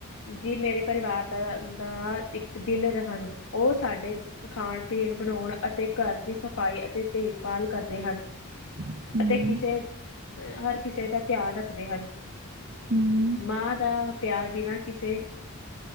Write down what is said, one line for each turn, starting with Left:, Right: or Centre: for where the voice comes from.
Left: ਜੀ ਮੇਰੇ ਪਰਿਵਾਰ ਦਾ ਦਾ ਇੱਕ ਦਿਲ ਹਨ ਉਹ ਸਾਡੇ ਖਾਣ ਪੀਣ ਬਣਾਉਣ ਅਤੇ ਘਰ ਦੀ ਸਫ਼ਾਈ ਅਤੇ ਦੇਖਭਾਲ ਕਰਦੇ ਹਨ
Right: ਹੂੰ,
Left: ਅਤੇ ਕਿਸੇ
Right: ਹੂੰ,
Left: ਅ ਹਰ ਕਿਸੇ ਦਾ ਧਿਆਨ ਰੱਖਦੇ ਹਨ
Right: ਹੂੰ।
Left: ਮਾਂ ਦਾ ਪਿਆਰ ਬਿਨਾਂ ਕਿਸੇ